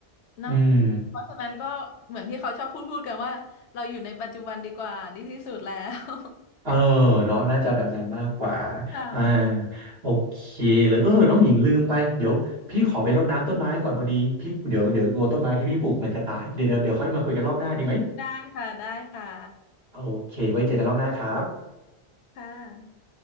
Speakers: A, on the left (about 80°); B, on the right (about 65°).
A: เนาะ
B: อืม
A: เพราะฉะนั้นก็เหมือนที่เขาชอบพูดพูดกันว่าเราอยู่ในปัจจุบันดีกว่าดีที่สุดแล้ว
B: เออเนาะน่าจะแบบนั้นมากกว่า
A: <laughs> ค่ะ
B: อ่าโอเคเลยเออน้องหญิงลืมไปเดี๋ยวพี่ขอไปรดน้ำต้นไม้ก่อนพอดีพี่เดี๋ยวเดี๋ยวกลัวต้นไม้ที่พี่ปลูกมันจะตายเดี๋ยวเดี๋ยวเดี๋ยวค่อยมาคุยกันรอบหน้าดีไหม
A: ได้ค่ะได้ค่ะ
B: โอเคไว้เจอกันรอบหน้าครับ
A: ค่ะ